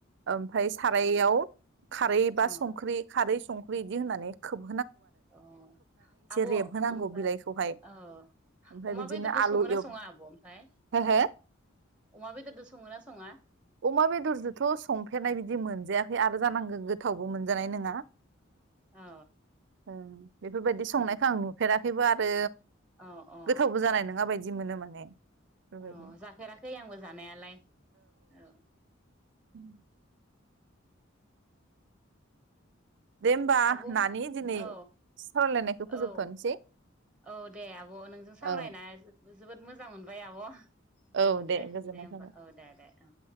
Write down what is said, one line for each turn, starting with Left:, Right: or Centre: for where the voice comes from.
Right: ओमफ्राय सारायाव खारै
Centre: औ
Right: बा संख्रि खारै संख बिदि होननानै खोब
Centre: औ आब'
Right: रेबहोनांगौ
Centre: ओमफ्राय
Right: बिलाइखौहाय
Centre: औ
Right: ओमफ्राय
Centre: अमा
Right: बिदिनो
Centre: बेदरजों
Right: आलु
Centre: सङोना
Right: एव
Centre: सङा आब' ओमफ्राय
Right: हो हो
Centre: अमा बेदरजों सङो ना सङा
Right: अमा बेदरजोंथ' संफेरनाय बिदि मोनजा खै आरो जानांगौ गोथावबो मोनजानाय नङा
Centre: औ
Right: ओं बेफोरबायदि संनायखौ
Centre: औ
Right: आं नुफेराखै बेबो आरो
Centre: औ औ
Right: गोथावबो जानाय नङाबायदि बिदि मोनो माने बेफोरबायदि
Centre: औ जाफेराखै आंबो जानायालाय औ
Right: उम दे होमबा
Centre: आब'
Right: नानि दिनै
Centre: औ
Right: सावरायलायनायखौ फोजोबथ'नोसै
Centre: औ औ दे आब' नोंजों सावरायना
Right: औ
Centre: जोबोर जोबोद मोजां मोनबाय आब' औ
Right: औ
Centre: दे
Right: गोजोननाय
Centre: दे होमबा
Right: थाबाय।
Centre: औ दे दे ओ